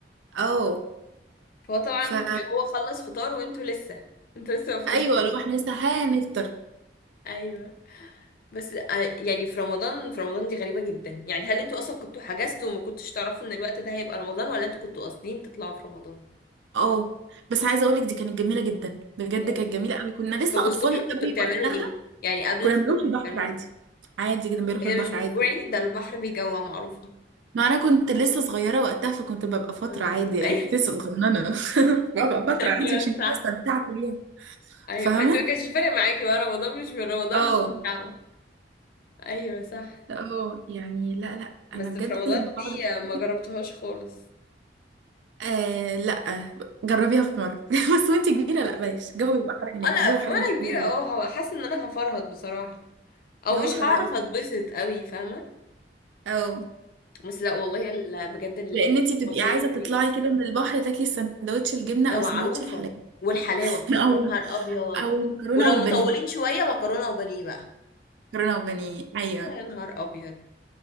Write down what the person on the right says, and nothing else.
اه
فا
ايوه لو احنا لسه هنفطر
اه بس عايزه اقولك دي كانت جميله جدا بجد
كانت جميله قوي كنا لسه
اطفال
قوي
وقتها
كنا
بنروح
البحر
عادي
عادي كنا بنروح
البحر
عادي
ما انا كنت لسه صغيره وقتها فكنت ببقى فتره
عادي يعني
كنت لسه صغننه <laughs> ببقى فتره
عادي عشان كده
استمتعت بيها
فاهمه
اه
اه يعني لا لا
انا بجد
لما بقعد
افتكر
آه لا جربيها في مره <laughs> بس وانت كبيره لا بلاش الجو بيبقى حر هناك
الجو
حر
هناك
الجو
حر
قوي
اه
لان انتي بتبقي
عايزه تطلعي
كده من البحر تاكلي سندوتش الجبنه
او
سندوتش الحلاوه
<laughs> او
او المكرونه
والبانيه
مكرونه وبانيه ايوه